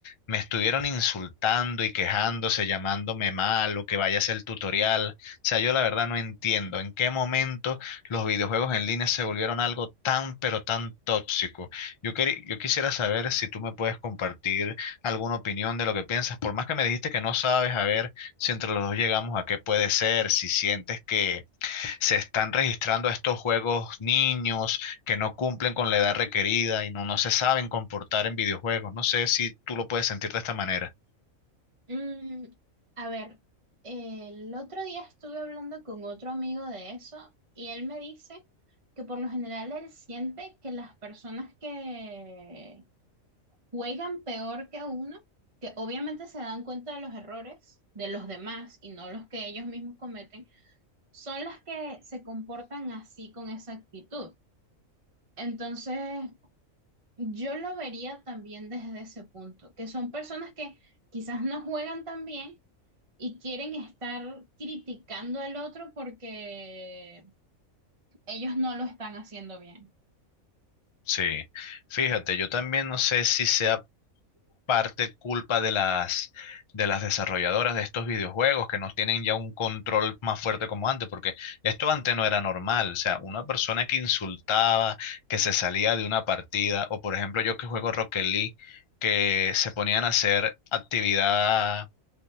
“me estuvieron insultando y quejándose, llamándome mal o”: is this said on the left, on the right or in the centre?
Left